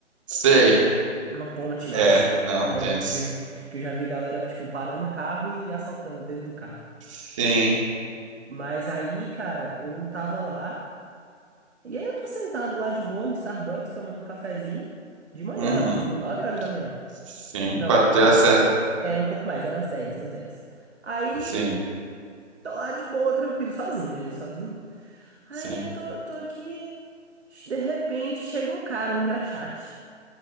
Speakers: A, on the right; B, on the right.
A: Sei.
B: Uma ponte lá,
A: É,
B: sei lá,
A: não,
B: que, eu-
A: tenso.
B: que, eu, que eu já vi galera, tipo, parando o carro e assaltando dentro do carro.
A: Sim.
B: Mas aí, cara, eu tava lá, e aí eu tô sentado lá de boa no Starbucks, tomando um cafezinho de manhã,
A: Uhum.
B: tipo, 9 horas da manhã.
A: Sim,
B: Não,
A: para ter
B: não
A: acesso.
B: era, era, era um pouco mais, eram umas dez umas dez Aí,
A: Sim,
B: tô lá de boa, tranquilo, sozinho, viajei sozinho. Aí
A: sim.
B: eu tô, eu tô aqui, de repente chega um cara, um engraxate.